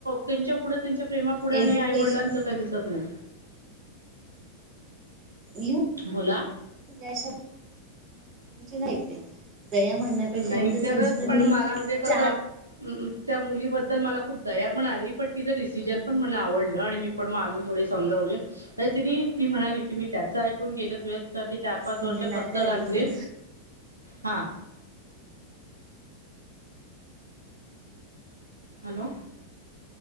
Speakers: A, on the right; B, on the right.
A: त्यांच्या पुढं त्यांच्या प्रेमाप पुढे आणि
B: एज्युकेशन
A: आई वडलांचं काही दिसत नाही
B: ये
A: बोला
B: जयस नाही दया म्हणण्यापेक्षा
A: नाही
B: इन द
A: करत
B: सेन्स तुम्ही
A: पण मला म्हणजे कसं
B: चार
A: त्या मुलीबद्दल मला खूप दया पण आली पण तिचं डिसिजन पण मला आवडलं आणि मी पण मग अजून थोडी समजवले तर तिने ती म्हणाली की मी त्याच ऐकून गेलं तू साठी चार पाच
B: म्हणजे
A: वर्ष
B: नात्यासाठी
A: खर्च घातली
B: तुम्ही
A: हा हॅलो